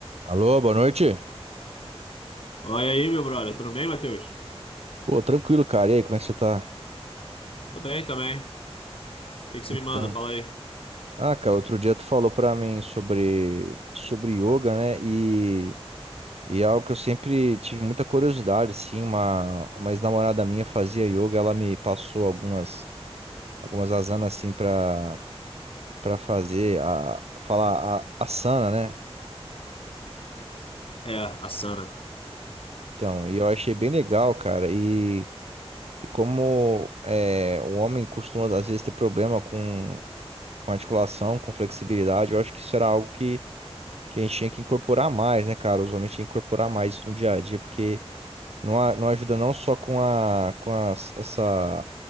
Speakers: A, on the right; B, on the left.
A: Alô, boa noite.
B: Olha aí, meu brother. Tudo bem, Matheus?
A: Pô, tranquilo, cara. E aí, como é que você tá?
B: Tudo bem também. O que que você
A: Então,
B: me manda? Fala aí.
A: ah, cara, outro dia tu falou pra mim sobre sobre yoga, né? E e é algo que eu sempre tive muita curiosidade, assim, uma uma ex-namorada minha fazia yoga, ela me passou algumas algumas asanas assim pra para fazer a falar a asana, né?
B: É, asana.
A: Então, e eu achei bem legal, cara. E, e como é, o homem costuma às vezes ter problema com com articulação, com flexibilidade, eu acho que isso era algo que que a gente tinha que incorporar mais, né, cara? Os homens tinham que incorporar mais isso no dia a dia, porque não, a- não ajuda não só com a, com a, essa,